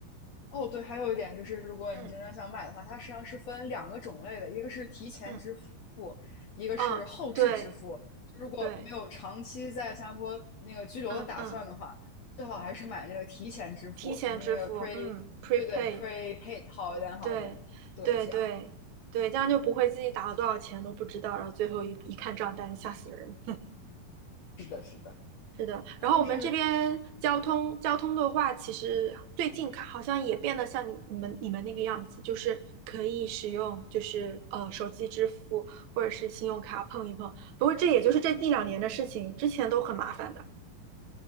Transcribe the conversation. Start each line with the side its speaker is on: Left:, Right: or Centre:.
Left: 哦，对，还有一点就是，如果你真的想买的话，
Right: 嗯
Left: 它实际上是分两个种类的，一个是提前支付，
Right: 嗯
Left: 一个是后置支付。
Right: 嗯，对
Left: 就如果没有长期在新加坡那个居留的打算的话，
Right: 对，嗯嗯。
Left: 最好还是买那个提前支付，
Right: 提前支付，
Left: 就是那个 pre，
Right: 嗯，prepaid，
Left: 对对，prepaid 好一点，好一点。
Right: 对，
Left: 对，
Right: 对对对，
Left: 这样
Right: 这样就不会自己打了多少钱都不知道，然后最后一一看账单，吓死人。
Left: 是的，是的。
Right: 是的，然后我们这边交通交通的话，
Left: 但是
Right: 其实最近看好像也变得像你你们你们那个样子，就是可以使用就是呃手机支付或者是信用卡碰一碰。不过这也就是这一两年的事情，之前都很麻烦的，